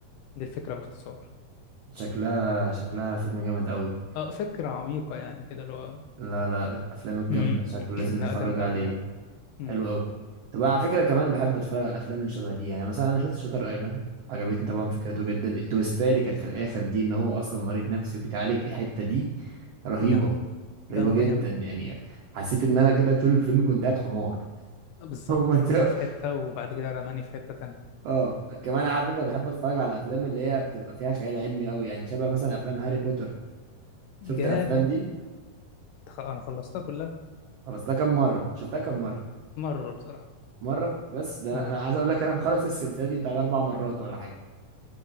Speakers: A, on the left; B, on the right.
A: دي الفكره باختصار
B: شكلها شكلها فيلم جامد قوي
A: اه فكره عميقه يعني كده اللي هو
B: لا لا الافلام الجامده
A: امم
B: شكله لازم
A: <clears throat>
B: نتفرج
A: لا جامده
B: عليه
A: قوي يعني امم
B: حلو قوي طب على فكره كمان بحب اتفرج على الافلام اللي شبه دي يعني مثلا انا شفت شاتر ايلاند عجبتني طبعا فكرته جدا التويستايه اللي كانت في الاخر دي ان هو اصلا مريض نفسي وبيتعالج الحته دي رهيبه
A: جامده
B: رهيبه
A: جامده
B: جدا
A: جامده
B: يعني حسيت ان انا كده طول الفيلم كنت قاعد حمار
A: آه، بالظبط
B: <laughs> ومت-
A: انا كنت في حته وبعد كده رماني في حته تانية
B: اه كمان على فكره بحب اتفرج على الافلام اللي هي بتبقى فيها خيال علمي قوي يعني شبه مثلا افلام هاري بوتر
A: جامد
B: شفت الافلام دي
A: خ- انا خلصتها كلها
B: خلصتها كم مره شفتها كم مره
A: مره بصراحه
B: مره بس ده انا
A: امم
B: أنا عايز اقول لك انا مخلص السلسله دي بتاع اربع مرات ولا حاجه